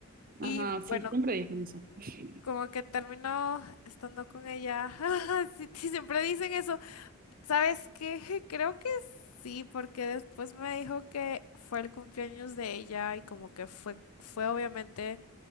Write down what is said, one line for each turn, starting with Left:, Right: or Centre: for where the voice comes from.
Left: Y
Right: Ajá, sí,
Left: bueno,
Right: siempre dicen eso. <laughs>
Left: como que terminó estando con ella. <laughs> Sí, sí, siempre dicen eso. ¿Sabes qué? <laughs> Creo que sí, porque después me dijo que fue el cumpleaños de ella y como que fue, fue obviamente